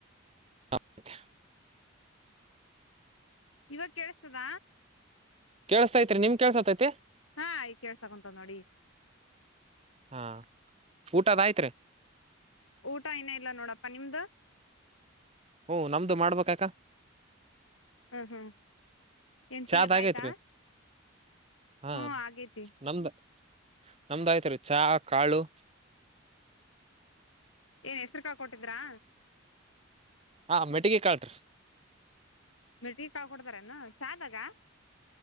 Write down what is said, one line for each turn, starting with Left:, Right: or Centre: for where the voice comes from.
Right: ಸಾಪ್ಪ <unintelligible>
Left: ಇವಾಗ ಕೇಳಸ್ತದ?
Right: ಕೇಳುಸ್ತೈತ್ರಿ ನಿಮ್ ಕೇಳ್ಸತೈತಿ.
Left: ಹಾ ಈ ಕೇಳ್ಸದೊಂತ ನೋಡಿ
Right: ಹಾ ಊಟದಾಯ್ತ್ರಿ.
Left: ಊಟ ಇನ್ನೂ ಇಲ್ಲ ನೋಡಪ್ಪ ನಿಮ್ದು?
Right: ಹ್ಮ ನಮ್ದು ಮಾಡ್ಬೇಕಕ್ಕ.
Left: ಹ್ಮ್ ಹ್ಮ್ ಏನ್ಟೀ
Right: ಚಾದ್
Left: ಅದ
Right: ಆಗೈತ್ರಿ
Left: ಆಯ್ತಾ.
Right: ಹಾ
Left: ಹ್ಮ್ ಆಗೇತಿ
Right: ನಮ್ದ ನಮ್ದಾಯ್ತರಿ ಚಹ ಕಾಳು
Left: ಏನ್ ಹೆಸ್ರುಕಾಳ್ ಕೊಟ್ಟಿದ್ರಾ?
Right: ಹಾ ಮೆಟ್ಟಿಗೆ ಕಾಳ್ರೀ.
Left: ಮೆಟ್ಟಿ ಕಾಳ್ ಕೊಡ್ತಾರೇನು ಚಾದಾಗ?